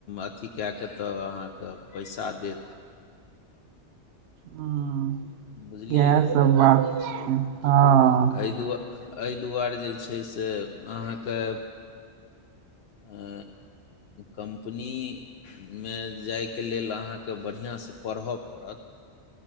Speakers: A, on the left; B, on the right.
A: अथी कए कऽ तऽ अहाँके पैसा देत
B: ह
A: बुझलियै
B: इएह सब बात छै हँ
A: एहि दुआ एहि दुआरे जे छै से अहाँके आ कम्पनीमे जायके लेल अहाँके बढ़िआँसँ पढ़य पड़त